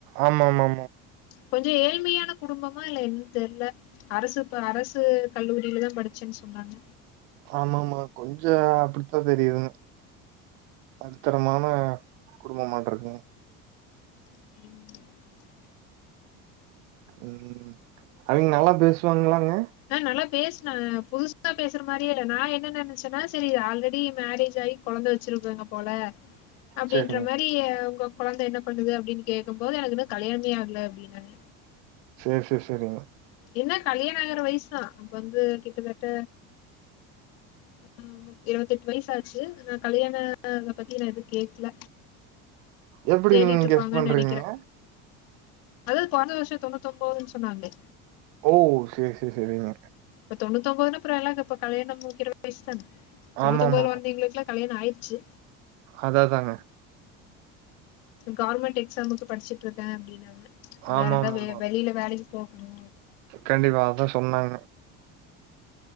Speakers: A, on the right (about 85°); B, on the left (about 80°).
A: ஆமாமாமா
B: கொஞ்ச ஏழ்மையான குடும்பமா இல்ல என் தெர்ல அரசு ப அரசு கல்லூரியிலதா படிச்சேன்னு சொன்னாங்க
A: ஆமாமா கொஞ்ச அப்டிதா தெரியு நடுத்தரமான குடும்பமாட்ருக்குங்க
B: ம்
A: ம் அவைங்க நல்லா பேசுவாங்களாங்க
B: ஆ நல்லா பேசினாங்க புதுசா பேசுற மாரியேல்ல நா என்ன நெனச்சேன்னா செரி ஆல்ரெடி மேரேஜ் ஆயி கொழந்த வெச்சிருக்காங்க போல அப்டின்ற
A: செரிங்க
B: மாரி இ உங்க கொழந்த என்ன பண்ணுது அப்டின்னு கேக்கும் போது எனக்கு இன்னு கல்யானமே ஆகல அப்டின்னாங்க
A: சேர் சேர் செரிங்க
B: என்ன கல்யாண ஆகுற வயசுதா அப்ப வந்து கிட்டத்தட்ட ம் ம் இருவத்தெட்டு வயசாச்சு அனா கல்யாண பத்தி நா எது கேக்ல
A: எப்டி
B: தேடிட்டுருப்பாங்க
A: நீங்க கெஸ் பண்றீங்கங்க
B: நெனக்கிறே அதா பொறந்த வருஷ தொண்ணூத்தொன்பதுன்னு சொன்னாங்களே
A: ஓ சேர் சேர் செரிங்க
B: இப்போ தொண்ணூத்தொன்பதுன்னா அப்ற ஏல்லா இப்ப கல்யணம் முடிக்கிற வயசு தான தொண்ணூத்தொன்பதுல
A: ஆமாமாமா.
B: வந்தவங்களுக்குளா கல்யாண ஆயிருச்சு
A: அதா அதாங்க
B: கவர்மெண்ட் எக்ஸாமுக்கு படிச்சுட்டுருக்கே அப்டின்னாங்க
A: ஆமாமாமா.
B: வேற எதா வெ வெளியில வேலைக்கு போகணு
A: கண்டிப்பா அதா சொன்னாங்க